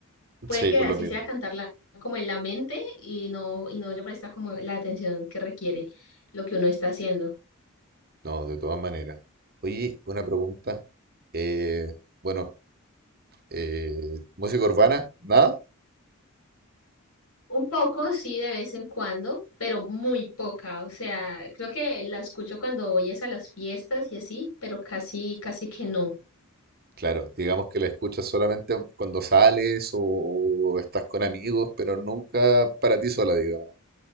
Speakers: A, on the right; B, on the left.
A: <laughs>
B: Puede
A: sí,
B: que
A: por
B: así
A: lo mismo.
B: sea cantarla como en la mente y no, y no le presta como la atención que requiere lo que uno está haciendo.
A: No, de todas maneras. Oye, una pregunta. Eh, bueno, eh, música urbana, nada.
B: Un poco, sí, de vez en cuando, pero muy poca. O sea, creo que la escucho cuando voy es a las fiestas y así, pero casi, casi que no.
A: Claro, digamos que la escuchas solamente cuando sales o, o estás con amigos, pero nunca para ti sola, digamos.